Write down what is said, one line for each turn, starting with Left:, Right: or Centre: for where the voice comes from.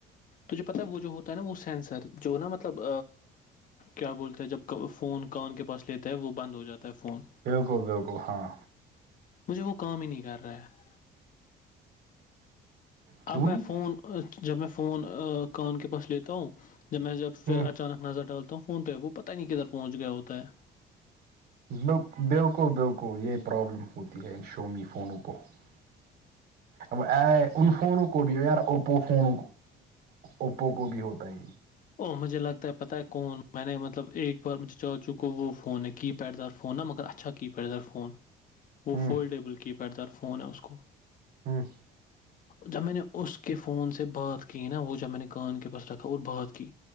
Left: مجھے پتاہ ہے وہ جو ہوتا ہے نا وہ سینسر جو نا مطلب کیا بولتا ہے جب فون کان کے پاس لیتا ہے وہ بند ہو جاتا ہے فون
Right: بلکل بلکل ہاں
Left: مجھے وہ کام ہی نہیں کر رہا ہے
Right: کیوں
Left: اب میں
Right: نہیں
Left: فون جب میں فون کان کے پاس لیتا ہوں جب میں جب پھر
Right: ہ
Left: اچانک نظر ڈالتا ہوں فون توہ وہ پتاہ نہیں کدھر پہنچ گیا ہوتا ہے
Right: ب بالکل بالکل یہ پرابلم ہوتی ہے ان شومی فونوں کو <inaudible> اب ان فونوں کو بھی یار اوپ فون اوپو کو بھی ہوتا ہے
Left: او مجھے لگتا ہے پتہ ہے کون میں نے مطلب ایک بار مجھے چاچوں کو وہ فون ہے کی پیڈ دار فون ہے مگر اچھا کی پیڈ دار فون وہ
Right: ہ
Left: فولڈیبل کی پیڈ دار فون ہے اس کو
Right: ہوں
Left: جب میں نے اس کے فون سے بات کی نا وہ جب میں نے کان کے پاس رکھا اور بات کی